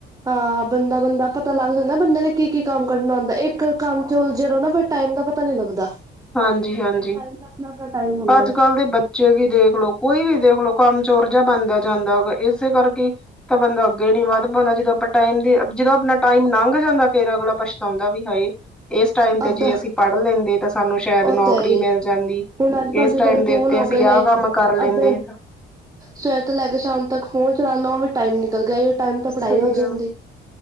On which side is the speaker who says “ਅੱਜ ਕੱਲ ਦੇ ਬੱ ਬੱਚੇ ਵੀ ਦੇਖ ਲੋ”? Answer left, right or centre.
Centre